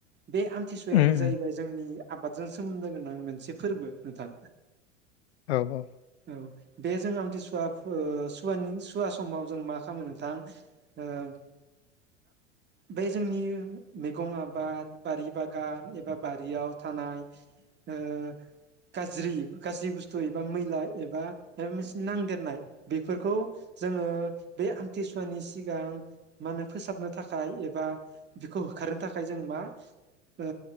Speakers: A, on the right; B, on the left.
A: बे आमथिसुवानो
B: उम
A: जाहैबाय जोंनि आबादजों सोमोन्दो गोनां मोनसे फोरबो नोंथां
B: औ औ
A: औ बे जों आमथिसुवा फो सुवा सुवा समाव जों मा खामो नोंथां बे जोंनि मैगं आबाद बारि बागान एबा बारियाव थानाय ओ गाज्रि गाज्रि बुस्थु एबा मैला एबा मोनसे नांदेरनाय बेफोरखौ जोंङो बे आमथिसुवानि सिगां मा होनो फोसाबनो थाखाय एबा बेखौ होखारनो थाखाय जों मा ओ